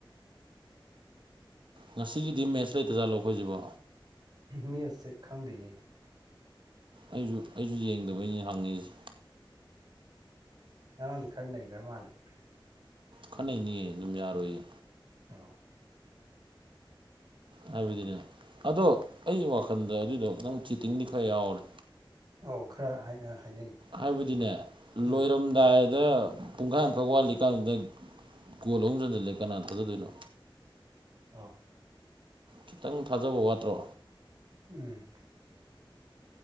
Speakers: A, on the right; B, on the right.
A: ꯉꯁꯤꯒꯤꯗꯤ ꯃꯦꯠꯆ ꯂꯩꯇꯖꯥꯠꯂꯣ ꯑꯩꯈꯣꯏꯁꯤꯕꯣ
B: ꯃꯦꯠꯁꯁꯦ ꯈꯪꯗꯦꯅ‌ꯦ ꯑꯩꯗꯤ
A: ꯑꯩꯁꯨ-ꯑꯩꯁꯨ ꯌꯦꯡꯗꯕꯩꯅꯤ ꯍꯪꯉꯤꯁ‌ꯤ
B: ꯉꯔꯥꯡꯗꯤ ꯈꯔ ꯅꯩꯒ꯭ꯔꯃꯥꯜꯂ‌ꯦ
A: ꯈꯔ ꯅꯩꯅꯤꯌꯦ ꯑꯗꯨꯝ ꯌꯥꯔꯣꯏꯌꯦ
B: ꯑꯣ
A: ꯍꯥꯏꯕꯗꯤꯅꯦ ꯑꯗꯣ ꯑꯩ ꯋꯥꯈꯜꯗ ꯑꯗꯨꯏꯗꯣ ꯈꯤꯇꯪ ꯆꯤꯇꯤꯡꯗꯤ ꯈꯔ ꯌꯥꯎꯔꯦ
B: ꯑꯧ ꯈꯔ ꯍꯥꯏ ꯍꯥꯏꯅꯩ
A: ꯍꯥꯏꯕꯗꯤꯅꯦ
B: ꯎꯝ
A: ꯂꯣꯏꯔꯝ ꯂꯗꯥꯏꯗ ꯄꯨꯡꯈꯥꯏꯃꯨꯛ ꯋꯥꯠꯂꯤꯀꯥꯟꯗꯨꯗ ꯒꯣꯜ ꯑꯍꯨꯝ ꯆꯟꯖꯜꯂꯦ ꯀꯅꯥꯅ ꯊꯥꯖꯗꯣꯏꯅꯣ
B: ꯑꯥ
A: ꯈꯤꯇꯪ ꯊꯥꯖꯕ ꯋꯥꯠꯇ꯭ꯔꯣ
B: ꯎꯝ